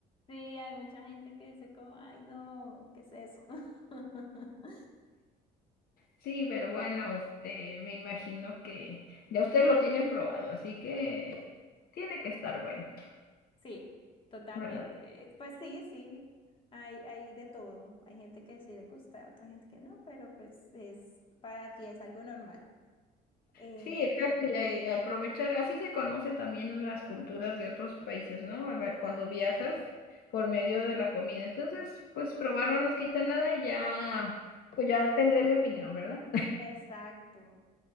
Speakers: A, on the left; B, on the left.
A: Sí, hay mucha gente que dice como, ay, no, ¿qué es eso? <laughs>
B: Sí, pero bueno, este, me imagino que ya ustedes lo tienen probado, así que tiene que estar bueno,
A: Sí, totalmente.
B: ¿verdad?
A: Pues sí, sí, hay, hay de todo. Hay gente que sí le gusta, otra gente que no, pero pues es, para aquí es algo normal. Eh,
B: Sí, exacto, y a- a aprovechar, así se conoce también las culturas de otros países, ¿no? A ver, Cuando viajas por medio de la comida. Entonces, pues probar no nos quita nada y ya, pues ya tendré mi opinión, ¿verdad?
A: exacto.